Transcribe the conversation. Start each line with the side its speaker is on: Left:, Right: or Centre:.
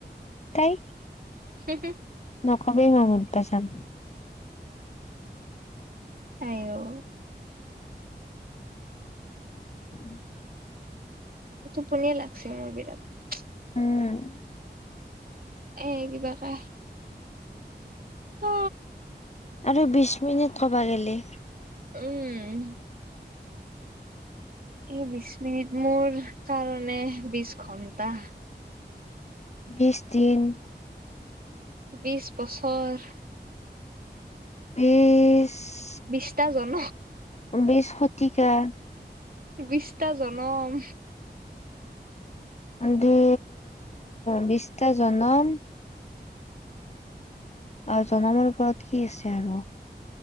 Left: তাই
Right: হহে
Left: সব মই মঠ পচাম
Right: আহঔ
Left: উম
Right: টোপনীয়া লাগছে মোৰ বিৰাট
Left: উম
Right: এইেইগিবাকে অ
Left: আৰু বিশ মিনিট কবা গ'লে
Right: উম এই বিশ মিনিট মোৰ কাৰণে বিশ ঘন্টা
Left: বিছ দিন
Right: বিশছ বছৰ
Left: পছ
Right: বিষ্ঠ জন
Left: বেছ শতিকা
Right: বিছটা জনম
Left: দু বিছটা জনন্ম অ জনামাৰ ওপৰত কি আছে আৰু